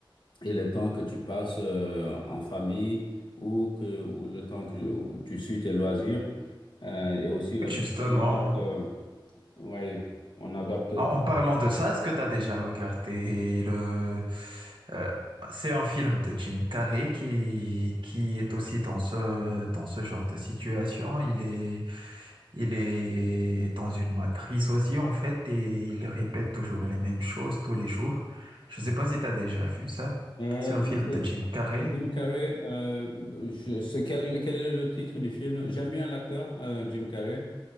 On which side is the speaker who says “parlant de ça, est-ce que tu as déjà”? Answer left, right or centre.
Right